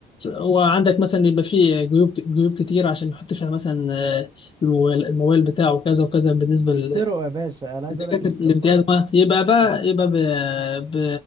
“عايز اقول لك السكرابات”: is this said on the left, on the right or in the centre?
Right